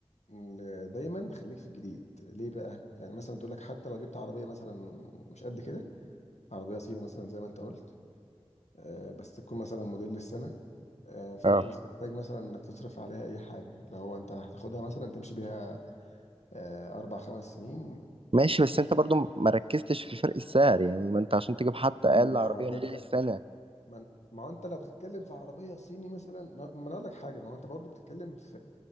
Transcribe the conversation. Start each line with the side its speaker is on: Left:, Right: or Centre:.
Left: إن دايما خليك في الجديد ليه بقى يعني مثلا تقول لك حتى لو جبت عربيه مثلا مش قد كده عربيه صيني مثلا زي ما انت قلت آه بس تكون مثلا موديل السنه آه فانت
Right: اه
Left: مش هتحتاج مثلا انك تصرف عليها اي حاجه لو هو انت هتاخدها مثلا تمشي بيها آه اربع خمس سنين
Right: ماشي بس انت برضو ما ركزتش في فرق السعر يعني ما انت عشان تجيب حتى
Left: ما
Right: اقل عربية
Left: اقول
Right: موديل
Left: لك
Right: السنة
Left: ما انت- ما هو انت لو بتتكلم في عربيه صيني مثلا ما ما انا اقول لك حاجه ما هو انت برضو بتتكلم في